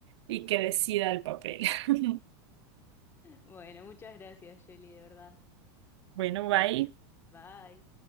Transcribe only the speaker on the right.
y que decida el papel. <laughs>
Bueno, bye.